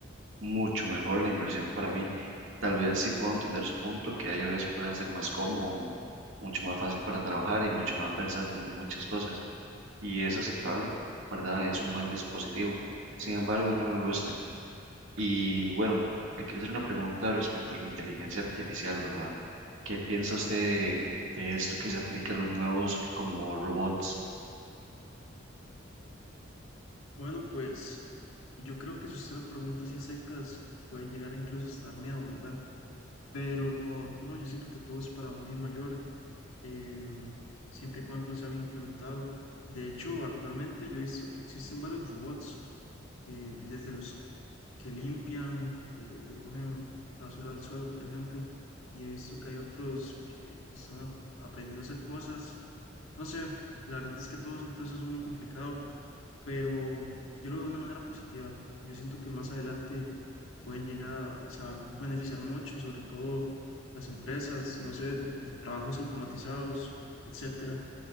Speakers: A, on the right; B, on the left.
A: mucho mejor la inversión para mí. Tal vez sí puedo entender su punto, que iOS pueda ser más cómodo, mucho más fácil para trabajar y mucho más versátil en muchas cosas. Y es aceptable, ¿verdad? Es un buen dispositivo. Sin embargo, a mí no me gusta. Y bueno, le quiero hacer una pregunta respecto a la inteligencia artificial, ¿verdad? ¿Qué piensa usted de, de esto que se aplica a los nuevos como robots?
B: Bueno, pues yo creo que si usted lo pregunta así a secas, puede llegar a incluso hasta dar miedo, ¿verdad? Pero no, yo siento que todo es para un bien mayor, eh, siempre y cuando sea bien implementado. De hecho, actualmente yo he visto que existen varios robots, eh, desde los que limpian, eh, recogen la basura del suelo, por ejemplo, y he visto que hay otros que, que están ap- aprendiendo a hacer cosas No sé, la verdad es que todo es un proceso muy complicado, pero yo lo veo de una manera positiva. Yo siento que más adelante pueden llegar, se va a beneficiar mucho, sobre todo las empresas, no sé, de- eh, trabajos automatizados, etcétera.